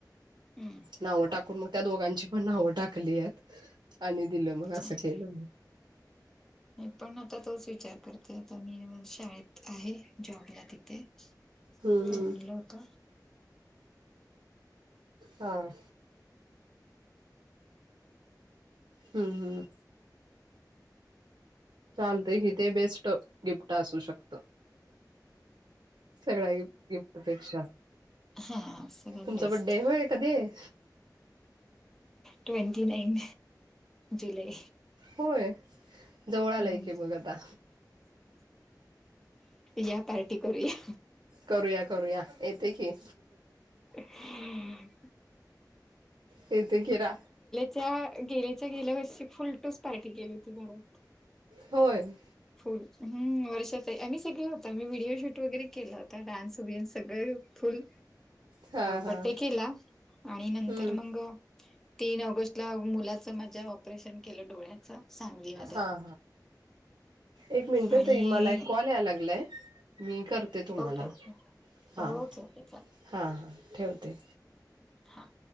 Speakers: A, in the centre; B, on the right.
A: हम्म.
B: नावं टाकून मग त्या दोघांची पण नावं टाकली यात आणि दिलं मग
A: छान
B: असं केलं.
A: मी पण आता तोच विचार करते आता मी शाळेत आहे जॉबला तिथे.
B: हम्म
A: म्हणलं
B: हम्म
A: होत
B: हा. हम्म हम्म. चालतेय कि ते बेस्ट गिफ्ट असू शकतं. सगळ्या गिफ्ट गिफ्ट पेक्षा.
A: हा सगळ्यात
B: तुमचा
A: बेस्ट
B: बड्डेय होय? कधी आहे?
A: ट्वेंटी नाईन जुलै.
B: होय जवळ आलाय
A: हम्म
B: कि मग आता.
A: या पार्टी करूया
B: करूया करूया येते की.
A: हम्म.
B: ते ते खीरा
A: च्या गेलेच्या गेल्या वर्षी फुलटूस पार्टी केली होती घरांत.
B: होय.
A: फुल हम्म वर्षा ताई आम्ही सगळे होत मी व्हिडिओ शूट वगैरे केला होता डान्स बिन्स सगळं फुल
B: हा हा
A: बड्डे केला आणि नंतर
B: हम्म
A: मगं तीन ऑगस्टला मुलाच माझ्या ऑपरेशन केलं डोळ्याच सांगलीमध्ये.
B: हा एक मिनट
A: आणि
B: ताई मला कॉल याला लागलाय. मी करते तुम्हांला
A: ओके ओके
B: हां
A: ओके ओके
B: हां हां ठेवते.
A: हां.